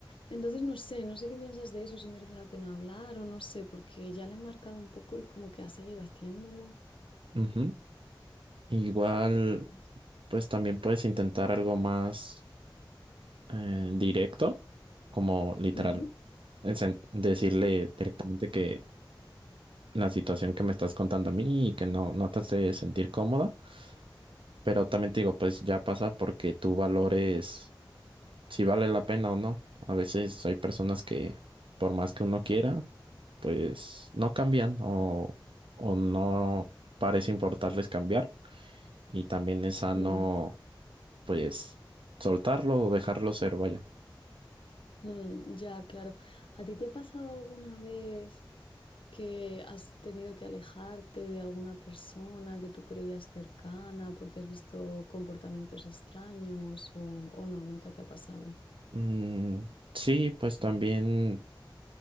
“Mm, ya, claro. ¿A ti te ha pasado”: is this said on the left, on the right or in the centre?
Left